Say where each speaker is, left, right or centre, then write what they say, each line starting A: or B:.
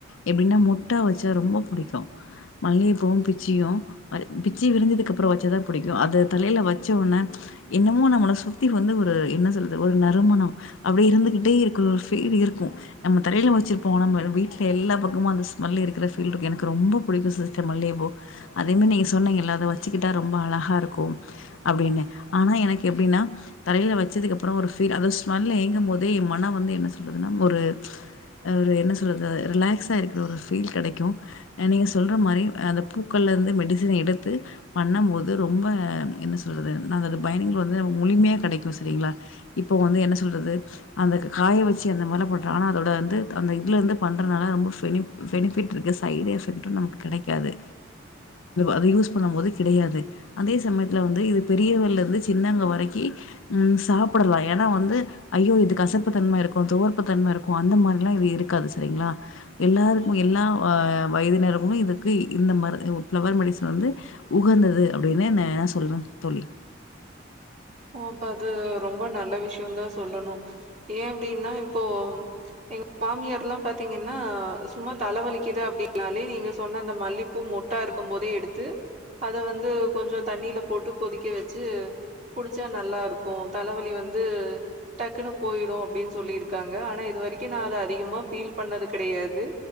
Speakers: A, on the left; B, on the right.
A: எப்டின்னா மொட்டா வச்சா ரொம்ப புடிக்கும் மல்லியபூவும் பிச்சியும் பிச்சி விரிஞ்சதுக்கு அப்றம் வச்சதா புடிக்கும் அது தலைல வச்சோன என்னமோ நம்மள சுத்தி வந்து ஒரு என்ன சொல்றது ஒரு நறுமணம் அப்டியே இருந்துகிட்டே இருக்கற ஒரு ஃபீல் இருக்கும் நம்ம தலல வச்சிருப்போம் நம்ம வீட்ல எல்லா பக்கமும் அந்த ஸ்மெல் இருக்கற ஃபீல் இருக்கு எனக்கு ரொம்ப பிடிக்கும் சிஸ்டர் மல்லிய பூ அதேமாரி நீங்க சொன்னிங்கல்ல அத வச்சுக்கிட்டா ரொம்ப அழகா இருக்கும் அப்டின்னு ஆனா எனக்கு எப்டின்னா தலைல வச்சதுக்கு அப்றம் ஒரு பீல் அத ஸ்மெல்ல ஏங்கும் போதே என் மன வந்து என்ன சொல்லுதுன்னா ஒரு ஒரு என்ன சொல்றது ரிலாக்ஸா இருக்கற ஒரு ஃபீல் கெடைக்கு நீங்க சொல்ற மாரி அந்த பூக்கள்லேருந்து மெடிசன் எடுத்து பண்ணும்போது ரொம்ப என்ன சொல்றது நா அதோட பயன்கள்ள வந்து நமக்கு முழுமையா கெடைக்கும் சரிங்களா இப்போ வந்து என்ன சொல்றது அந்த காய வச்சு அந்த மால போட்ற ஆனா அதோட வந்து அந்த இதுல இருந்து பண்றதுனால ரொம்ப ஃபெனி பெனிஃபிட் இருக்க சைடு எஃபெக்டும் நமக்கு கடைக்காது அத யூஸ் பண்ணும் போது கிடையாது அதே சமய இது பெரியவலருந்து சின்னங்க வரைக்கும் சாப்டலாம் ஏனா வந்து ஐயோ இது கசப்பு தன்ம இருக்கும் துவர்ப தன்ம இருக்கும் அந்த மாதிரி எல்லாம் இது இருக்காது சரிங்களா எல்லாருக்கும் எல்லா வயத்தினர்களும் இதுக்கு இந்த ம ஃப்ளவர் மெடிசன் வந்து உகந்தது அப்டின்னே நா சொல்றேன்னு தோழி
B: ஓ அப்ப அது ரொம்ப நல்ல விஷயம் தான் சொல்லணு ஏன் அப்டின்னா இப்போ எங்க மாமியார்ல்லாம் பாத்தீங்கன்னா சும்மா தலவலிக்குது அப்டின்னாலே நீங்க சொன்ன அந்த மல்லி பூ பூ மொட்டா இருக்கும் போதே எடுத்து அதை வந்து கொஞ்ச தண்ணில போட்டு கொதிக்க வச்ச ச்சு குடிச்சா நல்லா இருக்கும் தலவலி வந்து டக்குன்னு போயிடும் அப்டின்னு சொல்லியிருக்காங்க ஆனா இது வரைக்கும் நா அத அதிகமா ஃபீல் பண்ணது கடையாது